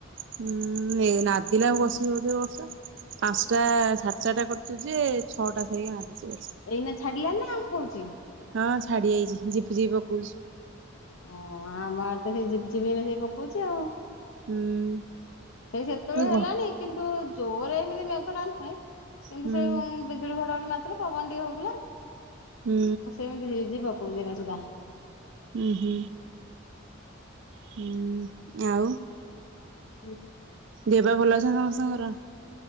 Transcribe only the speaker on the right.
ହୁଁ ନାଦିଲା ଆ ବସିବି ଗୋଟେ ବର୍ଷ ପାଞ୍ଚଟା ସାଢ଼େ ଚାରିଟା କରି ତୁ ଯେ ଛଅଟା <unintelligible>
ଛାଡି ଯାଇଚି ଝିପି ଝିପି ପକୋଉଚି।
ହୁଁ
ଘ
ହୁଁ।
ହୁଁ
ହୁଁ ହୁଁ ହୁଁ ଆଉ
ଦେହ ପା ଭଲ ଅଛ ସମସ୍ତଙ୍କର?